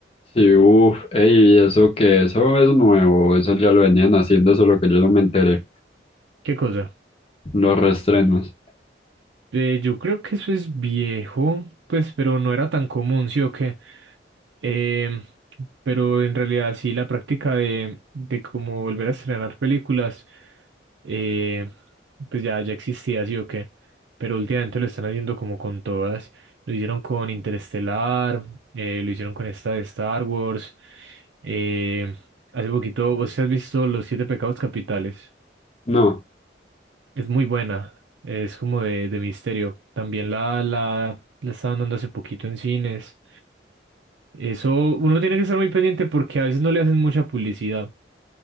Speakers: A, on the left; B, on the right.
A: Sí, uff, ey, ¿eso que Eso es nuevo, eso ya lo venían haciendo, solo que yo no me enteré.
B: ¿Qué cosa?
A: Los reestrenos.
B: Eh, yo creo que eso es viejo, pues, pero no era tan común, sí o qué. Eh, pero en realidad sí, la práctica de, de cómo volver a estrenar películas. eh, pues ya, ya existía, sí o qué, pero últimamente lo están haciendo como con todas. Lo hicieron con Interestelar, eh, lo hicieron con esta de Star Wars. eh, hace poquito, ¿vos has visto Los Siete Pecados Capitales?
A: No.
B: Es muy buena, es como de, de misterio. También la, la, la estaban dando hace poquito en cines. Eso uno tiene que estar muy pendiente porque a veces no le hacen mucha publicidad